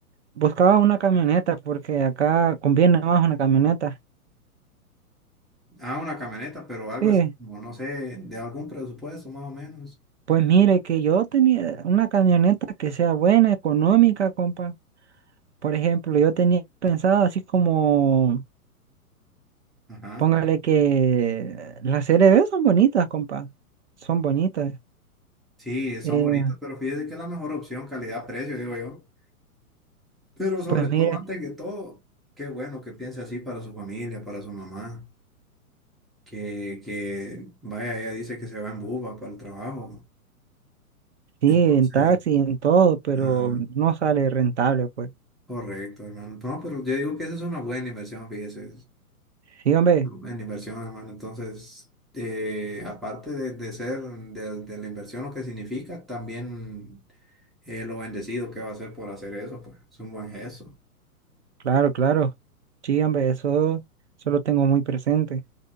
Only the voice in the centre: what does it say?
Ah, una camioneta, pero algo
así como, no sé, de algún presupuesto más o menos.
Ajá.
Sí, son
bonitas, pero fíjese que es la mejor opción, calidad-precio, digo yo. Pero sobre
todo, antes que todo, qué bueno que piense así para su familia, para su mamá. que, que, vaya, ella dice que se va en buba para el trabajo.
Entonces,
ajá,
correcto, hermano. No, pero yo digo que esa es una buena inversión, fíjese. es
una Buena inversión, hermano. Entonces, eh, aparte de, de ser de, de la inversión lo que significa, también eh, lo bendecido que va a ser por hacer eso, pues es un buen gesto.